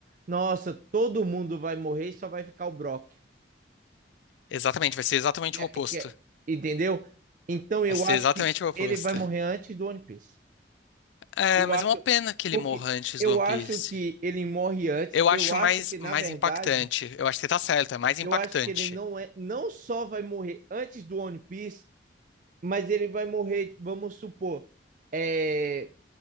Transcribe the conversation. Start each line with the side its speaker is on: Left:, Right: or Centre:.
Right: Nossa, todo mundo vai morrer, e só vai ficar o Brock.
Left: Exatamente, vai ser exatamente
Right: Que é-
Left: o oposto.
Right: que é- entendeu? Então eu
Left: Vai ser
Right: acho
Left: exatamente
Right: que
Left: o oposto.
Right: ele vai morrer antes do One Piece.
Left: É,
Right: Eu
Left: mas
Right: acho
Left: é uma pena que ele
Right: porque
Left: morra antes
Right: eu
Left: do One
Right: acho
Left: Piece.
Right: que ele morre antes.
Left: Eu
Right: Eu
Left: acho
Right: acho
Left: mais,
Right: que na
Left: mais
Right: verdade,
Left: impactante. Eu acho que você tá certo, é mais impactante.
Right: eu acho que ele não é, não só vai morrer antes do One Piece, mas ele vai morrer, vamos supor, é